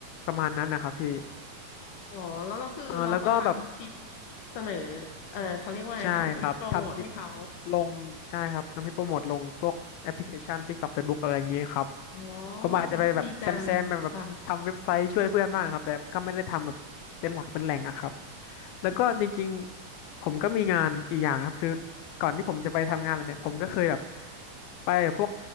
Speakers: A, on the left (about 90°); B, on the left (about 70°).
A: ประมาณนั้นนะครับพี่
B: อ๋อแล้วก็คือเราก็ทำคลิป
A: เออแล้วก็แบบ
B: เสนอเออเขาเรียกว่าอะไรทำคลิปโปรโมทให้เขา
A: ใช่ครับทำคลิปลงใช่ครับแล้วมีโปรโมทลงพวกแอปพลิเคชัน TikTok Facebook อะไรอย่างเงี้ยครับ
B: อ๋อ
A: ผมอาจจะไปแบบแซมแซมแบบแบบทำเว็บไซต์ช่วยเพื่อนบ้างครับแต่ก็ไม่ได้ทำแบบเป็นหลักเป็นแหล่งอะครับ
B: ดีจังค่ะ
A: แล้วก็จริงๆผมก็มีงานอีกอย่างครับคือก่อนที่ผมจะไปทำงานเลยเนี่ยผมก็เคยแบบไปพวก